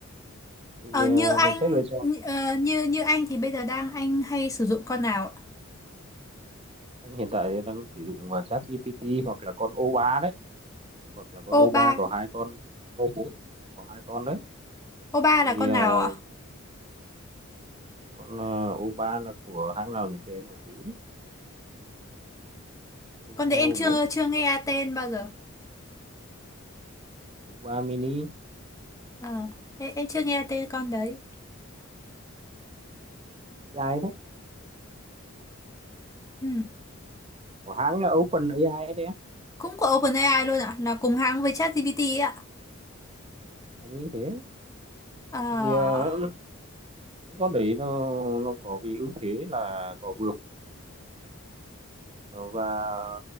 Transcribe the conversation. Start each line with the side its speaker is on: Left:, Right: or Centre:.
Right: thì
Left: Ờ,
Right: ờ,
Left: như anh
Right: mình sẽ lựa chọn
Left: như, ờ, như như anh thì bây giờ đang anh hay sử dụng con nào ạ?
Right: anh hiện tại thì đang sử dụng ờ, ChatGPT hoặc là con O3 đấy hoặc là con O3
Left: Oba.
Right: có hai con O4 có hai con đấy
Left: Oba
Right: thì
Left: là con
Right: ờ,
Left: nào ạ?
Right: con ờ, O3 là của hãng nào nhỉ chị em một tí O3
Left: Con đấy em
Right: O4
Left: chưa chưa nghe tên bao giờ.
Right: O3 mini
Left: Ờ, em, em chưa nghe tên con đấy.
Right: AI đấy
Left: Ừ.
Right: của hãng là OpenAI đấy
Left: Cũng của OpenAI luôn ạ, là cùng hãng với ChatGPT ấy ạ.
Right: anh nghĩ thế
Left: Ờ,
Right: thì ờ, những con đấy nó nó có cái ưu thế là có vượt ờ, và